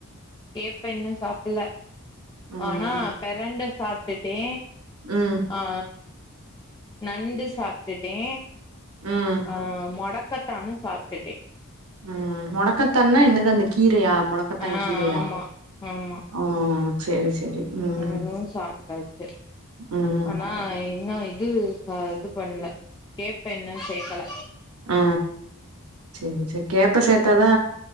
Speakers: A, on the left; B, on the right.
A: கேப்ப இன்னு சாப்புல
B: ம்
A: ஆனா பெரண்ட சாப்ட்டுட்டே
B: ம்
A: ஆ நண்டு சாப்ட்டுட்டே
B: ம்
A: ஆ மொடக்கத்தானு சாப்ட்டுட்டே
B: ம் மொடக்கத்தான்னா என்னது அந்த கீரையா மொடக்கத்தான்
A: ஆ
B: கீரையா
A: ஆமா ஆமா
B: ஆ சேரி சேரி ம்
A: அதுவு சாப்ட்டாச்சு
B: ம்
A: ஆனா இன்னு இது சா இது பண்ல கேப்ப இன்னு சேக்கல
B: ஆ சேரி சேர் கேப்ப சேத்தாதா